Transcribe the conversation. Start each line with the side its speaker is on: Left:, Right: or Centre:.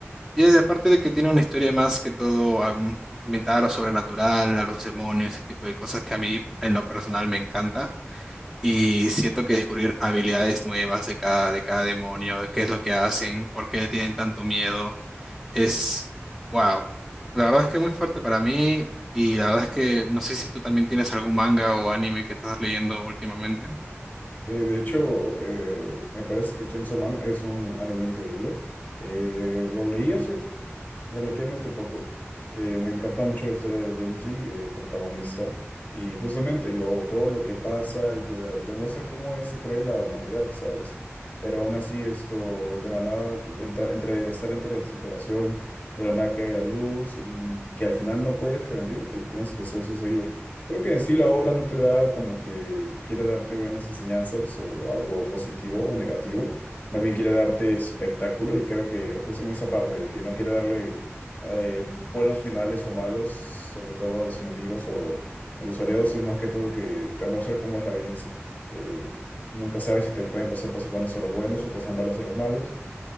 Centre: Y es- aparte de que tiene una historia más que todo am, ambientada a lo sobrenatural, a los demonios, ese tipo de cosas que a mí en lo personal me encanta. Y siento que descubrir habilidades nuevas de cada, de cada demonio, de qué es lo que hacen, por qué tienen tanto miedo, es wow. La verdad es que es muy fuerte para mí y la verdad es que no sé si tú también tienes algún manga o anime que estás leyendo últimamente.
Left: Eh, de hecho, eh, me parece que Chainsaw Man es un anime increíble. Eh, lo leí hace Relativamente poco. Eh, me encanta mucho la historia de Denji, el protagonista, y justamente lo, todo lo que pasa y te da- demuestra cómo es de cruel la humanidad, ¿sabes? Pero aún así esto, de la nada, entra- entre estar entre desesperación, de la nada cae la luz y que al final no puedes rendirte y tienes que sí o sí seguir. Creo que en sí la obra no te da como que quiere darte buenas enseñanzas o algo positivo o negativo más bien quiere darte espectáculo y creo que justamente esa parte de que no quiere darle eh, buenos finales o malos, sobre todo a los enemigos o a los aliados, es más que todo que te muestra cómo es la vida en sí, que nunca sabes si te pueden pasar cosas buenas a los buenos o cosas malas a los malos,